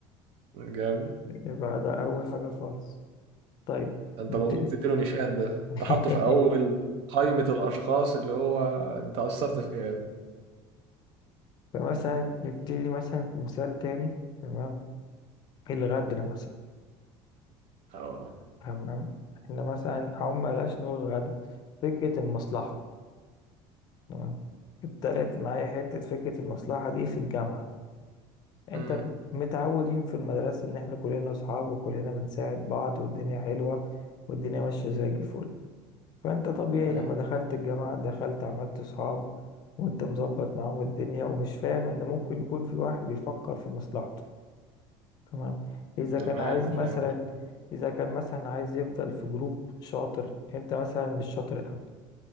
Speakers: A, on the right; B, on the left.
A: جامد
B: يبقى ده أول حاجة خالص طيب
A: انت
B: نبتدي
A: المفروض تديله نيشان ده
B: <laughs>
A: انت حاطه في اول قائمه الاشخاص اللي هو انت اثرت فيه يا ابني
B: فمثلا نبتدي مثلا في مثال تاني تمام الغدر مثلا
A: اه
B: هم- هم- احنا مثلا أو ملاش نقول غدر فكرة المصلحة تمام ابتدت معايا حتة فكرة المصلحة دي في الجامعة انت
A: امم
B: ب- متعودين في المدرسة ان احنا كلنا اصحاب وكلنا بنساعد بعض والدنيا حلوة والدنيا ماشية زي الفل فانت طبيعي
A: امم
B: لما دخلت الجامعة دخلت عملت صحاب وانت مظبط معاهم الدنيا ومش فاهم ان ممكن يكون في واحد بيفكر في مصلحته تمام اذا كان
A: تمام
B: عايز
A: فهمت
B: مثلا اذا كان مثلا عايز يفضل في جروب شاطر انت مثلا مش شاطر قوي